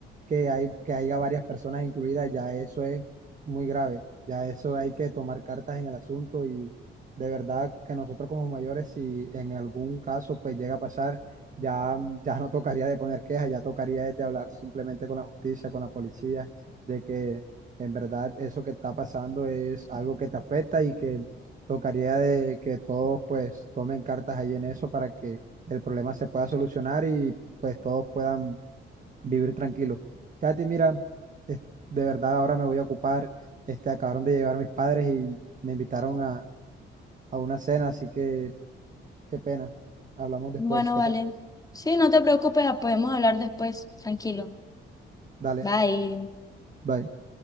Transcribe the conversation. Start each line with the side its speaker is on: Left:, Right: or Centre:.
Right: que, hay, que haya varias personas incluidas, ya eso es muy grave. Ya eso hay que tomar cartas en el asunto y de verdad que nosotros como mayores, si en algún caso pues llega a pasar, ya, ya no tocaría de poner quejas, ya tocaría es de hablar simplemente con la justicia, con la policía, de que en verdad eso que está pasando es algo que te afecta y que tocaría de que todos pues tomen cartas ahí en eso para que el problema se pueda solucionar y pues todos puedan vivir tranquilos. Katy, mira, es- de verdad ahora me voy a ocupar, este, acabaron de llegar mis padres y me invitaron a, a una cena, así que qué pena. Hablamos después,
Left: Bueno,
Right: ¿qué
Left: vale.
Right: te parece?
Left: Sí, no te preocupes, podemos hablar después, tranquilo.
Right: Dale,
Left: Bye.
Right: bye.